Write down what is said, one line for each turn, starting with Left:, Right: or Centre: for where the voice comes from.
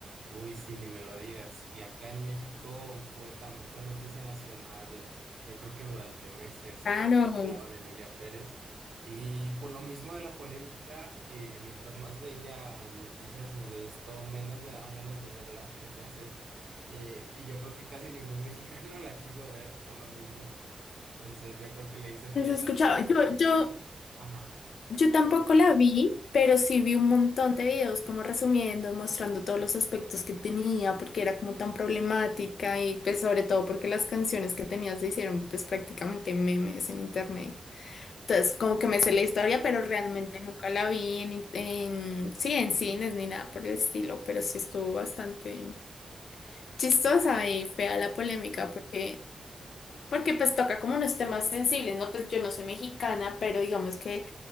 Right: Uy, sí, ni me lo digas. Y acá en México fue tan, fue noticia nacional, yo creo que durante meses
Left: Claro.
Right: todo el mundo hablaba de Emilia Pérez. Y por lo mismo de la polémica, eh, mientras más veía noticias sobre esto, menos me daban ganas de verla. Entonces, eh, y yo creo que casi ningún mexicano <laughs> la quiso ver por lo mismo. Entonces, yo creo que le hice fiel
Left: ¿Has escuchado?
Right: a...
Left: Yo, yo
Right: Ajá.
Left: Yo tampoco la vi, pero sí vi un montón de videos como resumiendo, mostrando todos los aspectos que tenía, porque era como tan problemática y pues sobre todo porque las canciones que tenía se hicieron pues prácticamente memes en internet. Entonces como
Right: Sí.
Left: que me sé la historia, pero realmente nunca la vi en, en sí, en cines ni nada por el estilo, pero sí estuvo bastante chistosa
Right: sí.
Left: y fea la polémica porque, porque pues toca como unos temas sensibles, ¿no? Pues yo no soy mexicana, pero digamos que